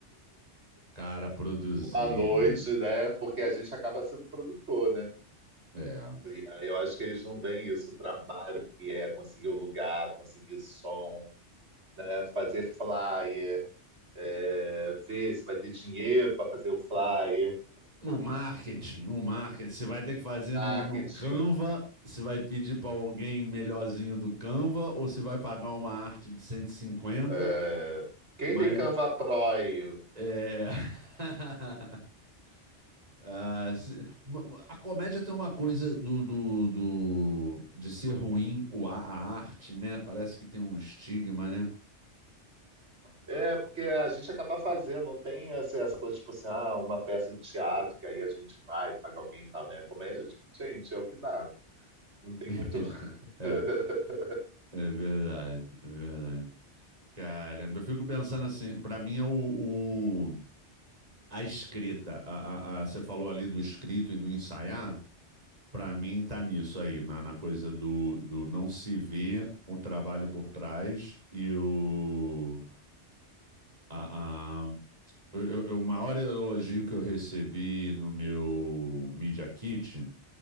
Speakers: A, on the right (about 35°); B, on the right (about 70°).
A: Cara, produzir,
B: uma noite,
A: né?
B: né? Porque a gente acaba sendo produtor, né?
A: É.
B: E aí eu acho que eles não veem isso, o trabalho que é conseguir o lugar, conseguir som, né? fazer flyer, é, ver se vai ter dinheiro para fazer o flyer,
A: O marketing, o marketing. Você vai ter que fazer
B: marketing.
A: no, no Canva, você vai pedir pra alguém melhorzinho do Canva, ou você vai pagar uma arte de 150?
B: é, Quem
A: mas
B: tem Canva Pro?
A: é. <laughs> Ah, se- ma- a comédia tem uma coisa do, do, do- de ser ruim o, a, a arte, né? Parece que tem um estigma, né?
B: É, é porque a gente acaba fazendo, não tem essa, essa coisa tipo assim, ah, uma peça de teatro que aí a gente vai, paga alguém e tal, né? Comédia, tipo, gente, é o que dá. Não tem
A: <laughs>
B: muito.
A: É,
B: <laughs>
A: é verdade, é verdade. Caramba, eu fico pensando assim, pra mim é o, o- a escrita, a, a- a- você falou ali do escrito e do ensaiar, pra mim tá nisso aí, na, na coisa do, do não se ver o trabalho por trás e o, a- Eu, eu- eu- o maior elogio que eu recebi no meu Media Kit